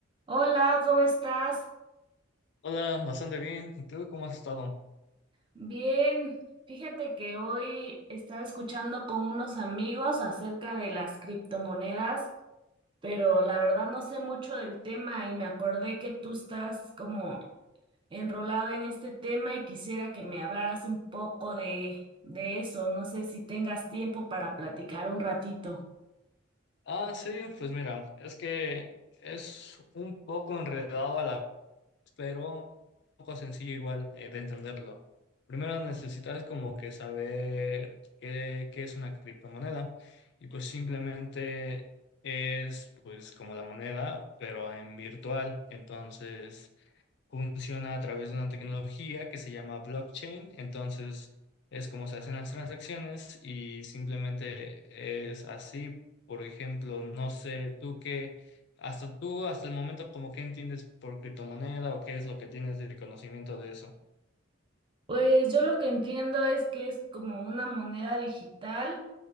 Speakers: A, on the right; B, on the left.
A: Hola, ¿cómo estás?
B: Hola, bastante bien. ¿Y tú cómo has estado?
A: Bien, fíjate que hoy estaba escuchando con unos amigos acerca de las criptomonedas, pero la verdad no sé mucho del tema y me acordé que tú estás como enrolado en este tema y quisiera que me hablaras un poco de, de eso. No sé si tengas tiempo para platicar un ratito.
B: Ah, sí, pues mira, es que es un poco enredado a la vez, pero un poco sencillo igual eh, de entenderlo. Primero necesitas como que saber qué, qué es una criptomoneda y pues simplemente es pues como la moneda, pero en virtual. Entonces... funciona a través de una tecnología que se llama blockchain. Entonces, es como se hacen las transacciones y simplemente es así. Por ejemplo, no sé, tú qué, hasta tú, hasta el momento, como qué entiendes por criptomoneda o qué es lo que tienes de conocimiento de eso.
A: Pues yo lo que entiendo es que es como una moneda digital